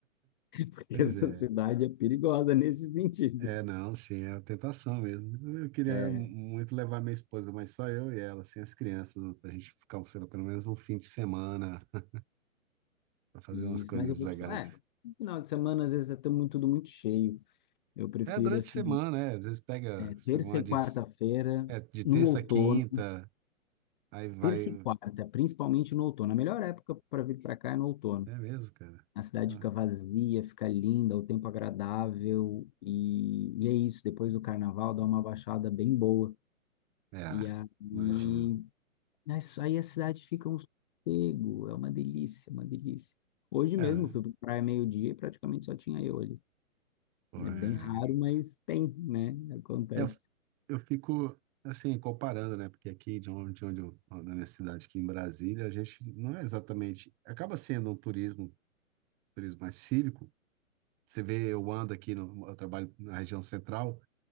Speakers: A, on the left; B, on the right.
A: <laughs> que
B: Pois
A: Essa
B: é.
A: cidade é perigosa nesse sentido.
B: É, não, sim, é a tentação mesmo. Eu queria
A: É,
B: muito levar minha esposa, mas só eu e ela, sem as crianças, pra gente ficar, sei lá, pelo menos um fim de semana, <laughs> pra fazer
A: e
B: umas
A: isso,
B: coisas
A: mas eu vou
B: legais.
A: te falar, é, no final de semana às vezes é tão muito- tudo muito cheio. Eu prefiro
B: É, durante
A: assim,
B: a semana, é. Às vezes pega
A: é, terça
B: sei lá,
A: e
B: de,
A: quarta-feira
B: é, de terça
A: no outono,
B: a quinta, aí vai.
A: terça e quarta, principalmente no outono. A melhor época para vir para cá é no outono.
B: É mesmo, cara.
A: A cidade
B: Ah.
A: fica vazia, fica linda, o tempo agradável e, e é isso. Depois do carnaval dá uma baixada bem boa.
B: É,
A: E aí
B: imagino.
A: Mas aí a cidade fica um sossego, é uma delícia, uma delícia. Hoje mesmo
B: É,
A: eu fui para praia meio-dia e praticamente só tinha eu ali.
B: pô,
A: É
B: é,
A: bem raro, mas tem, né? Acontece
B: é, eu, eu fico assim comparando, né? Porque aqui de onde, de onde eu, na minha cidade aqui em Brasília, a gente não é exatamente, acaba sendo um turismo, turismo mais cívico. Você vê, eu ando aqui, no, eu trabalho na região central,